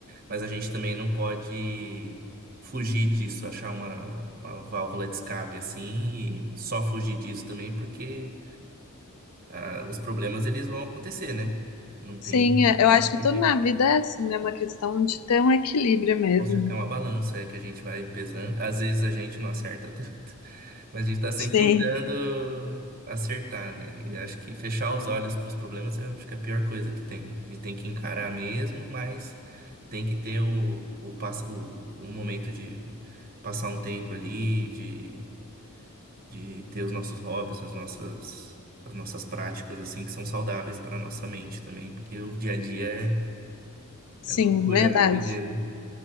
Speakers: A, on the right; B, on the left.
A: mas a gente também não pode fugir disso, achar uma, uma válvula de escape assim e só fugir disso também, porque ah, os problemas eles vão acontecer, né? Não
B: Sim,
A: tem,
B: é- eu acho
A: não tem
B: que tudo
A: jeito.
B: na vida é assim, né? Uma questão de ter um equilíbrio mesmo.
A: Com certeza, É uma balança é que a gente vai pesando. Às vezes a gente não acerta tanto, <laughs> mas a gente está sempre
B: Sim.
A: tentando acertar, né? E acho que fechar os olhos para os problemas eu acho que é a pior coisa que tem. A gente tem que encarar mesmo, mas tem que ter o, o, pass- o, o momento de passar um tempo ali, de, de ter os nossos hobbies, as nossas, as nossas práticas, assim, que são saudáveis para a nossa mente também, porque o dia a dia
B: Sim,
A: é, é loucura,
B: verdade.
A: né? Doideira.